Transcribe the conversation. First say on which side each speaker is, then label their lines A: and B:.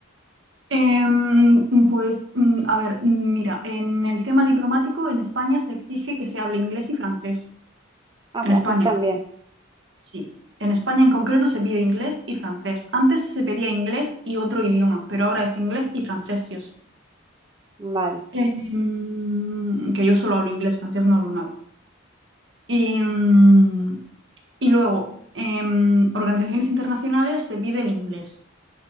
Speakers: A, on the right; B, on the right.
A: Em, pues, mm, a ver, mm, mira, en el tema diplomático en España se exige que se hable inglés y francés.
B: Ah,
A: En
B: francés
A: España,
B: también.
A: sí. En España en concreto se pide inglés y francés. Antes se pedía inglés y otro idioma, pero ahora es inglés y francés, sí o sí.
B: Vale,
A: Em, que yo solo hablo inglés, francés no hablo nada. Y, mm, y luego, en organizaciones internacionales se pide el inglés.